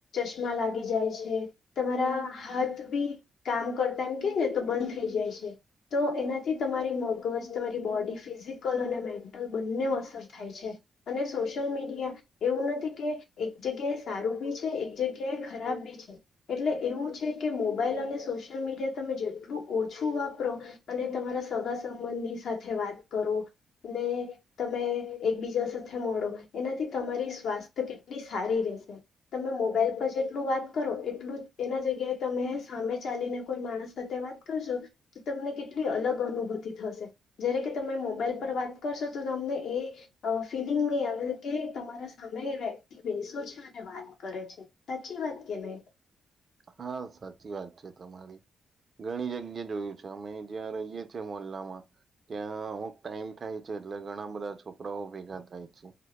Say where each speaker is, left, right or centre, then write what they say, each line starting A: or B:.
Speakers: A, on the left (about 70°); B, on the right (about 45°).
A: લાગી જાય છે તમારા હાથ બી કામ કરતા એમ કેને તો બંધ થઈ જાય છે તો એનાથી તમારી મગજ તમારી બોડી ફિઝિકલ અને મેન્ટલ બંનેઓ અસર થાય છે અને સોશિયલ મીડિયા એવું નથી કે એક જગ્યાએ સારું બી છે એક જ્- જ્યા ખરાબ બી છે એટલે એવું છે કે મોબાઈલ અને સોશિયલ મીડિયા તમે જેટલું ઓછું વાપરો અને તમારા સગા સંબંધી સાથે વાત કરોને તમે એકબીજા સાથે મળો એનાથી તમારી સ્વાસ્થ્ય કેટલી સારી રહેશે તમે મોબાઈલ પર જેટલું વાત કરો એટલું એના જગ્યાએ તમે સામે ચાલીને કોઈ માણસ સાથે વાત કરશો તો તમને કેટલી અલગ અનુભૂતિ થશે જ્યારે કે તમે મોબાઈલ પર વાત કરશો તો તમને એ ફિલિંગ નહીં આવે કે તમારા સામે એ વ્યક્તિ બેસો છે અને વાત કરે છે સાચી વાત કે નહી
B: હા સાચી વાત છે તમારી ઘણી જગ્યા જોયું અમે જ્યાં રહીએ છએ મોલ્લામાં ત્યાં અમુક ટાઈમ થાય છે એટલે ઘણા બધા છોકરાઓ ભેગા થાય છે